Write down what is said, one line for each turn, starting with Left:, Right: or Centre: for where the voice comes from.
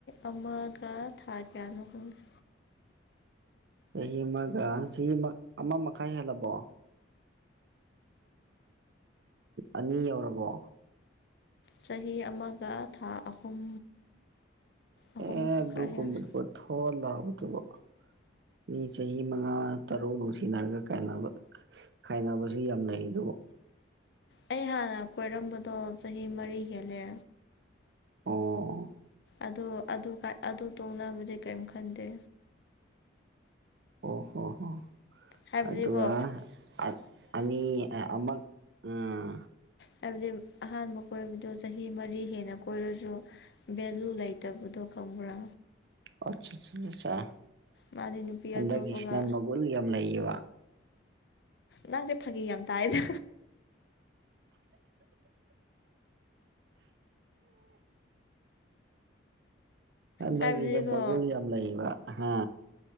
Left: ꯑꯃꯥꯒ ꯊꯥ ꯀꯌꯥꯅꯣ ꯈꯪꯗꯦ
Right: ꯆꯍꯤ ꯑꯃꯥꯒ ꯆꯍꯤ ꯑꯃ ꯑꯃꯥ ꯃꯈꯥꯏ ꯍꯦꯜꯂꯕꯣ ꯑꯅꯤ ꯌꯧꯔꯕꯣ
Left: ꯆꯍꯤ ꯑꯃꯒ ꯊꯥ ꯑꯍꯨꯝ ꯑꯍꯨꯝ
Right: ꯑꯦ ꯑꯗꯨꯒꯨꯝꯕꯗꯨꯕꯣ
Left: ꯈꯔ ꯍꯦꯜꯂꯦ
Right: ꯊꯣꯠ ꯂꯥꯎꯕꯗꯨꯕꯣ ꯃꯤ ꯆꯍꯤ ꯃꯉꯥ ꯇꯔꯨꯛ ꯅꯨꯡꯁꯤꯅꯔꯒ ꯀꯥꯏꯅꯕ ꯀꯥꯏꯅꯕꯁꯨ ꯌꯥꯝ ꯂꯩꯩꯗꯨꯕꯣ
Left: ꯑꯩ ꯍꯥꯟꯅ ꯀꯣꯏꯔꯝꯕꯗꯣ ꯆꯍꯤ ꯃꯔꯤ ꯍꯦꯜꯂꯦ
Right: ꯑꯣ ꯑꯣ
Left: ꯑꯗꯨ ꯑꯗꯨꯒꯥꯏ ꯑꯗꯨ ꯇꯣꯡꯅꯕꯗꯤ ꯀꯩꯝ ꯈꯟꯗꯦ
Right: ꯑꯣ ꯍꯣ ꯍꯣ
Left: ꯍꯥꯏꯕꯗꯤꯀꯣ
Right: ꯑꯗꯨꯒ ꯑꯠ ꯑꯅꯤ ꯑꯥ ꯑꯃꯛ ꯎꯝ
Left: ꯍꯥꯏꯕꯗꯤꯝ ꯑꯍꯥꯟꯕ ꯀꯣꯏꯕꯗꯨ ꯆꯍꯤ ꯃꯔꯤ ꯍꯦꯟꯅ ꯀꯣꯏꯔꯖꯨ ꯚꯦꯂꯨ ꯂꯩꯇꯕꯗꯣ ꯈꯪꯕ꯭ꯔꯥ
Right: <unintelligible>
Left: ꯃꯥꯗꯤ ꯅꯨꯄꯤ
Right: ꯍꯟꯗꯛꯀꯤꯁꯤꯅ
Left: ꯑꯇꯣꯞꯄꯒ
Right: ꯃꯒꯨꯟ ꯌꯥꯝ ꯂꯩꯌꯦꯕ
Left: ꯅꯪꯁꯦ ꯐꯥꯒꯤ ꯌꯥꯝ ꯇꯥꯏꯗ
Right: ꯍꯟꯗꯛꯀꯤꯅ
Left: ꯍꯥꯏꯕꯗꯤꯀꯣ
Right: ꯃꯒꯨꯜ ꯌꯥꯝ ꯂꯩꯌꯦꯕ ꯍꯥ